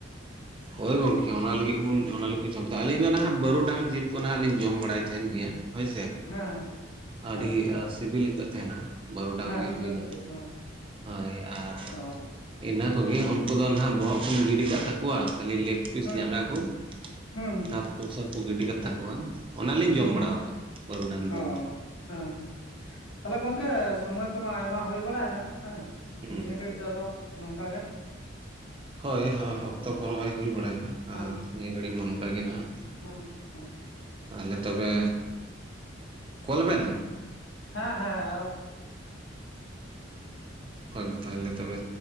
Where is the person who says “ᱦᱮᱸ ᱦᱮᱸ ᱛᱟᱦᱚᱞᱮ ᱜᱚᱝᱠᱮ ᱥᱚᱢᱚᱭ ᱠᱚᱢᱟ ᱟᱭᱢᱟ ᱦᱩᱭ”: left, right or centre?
Left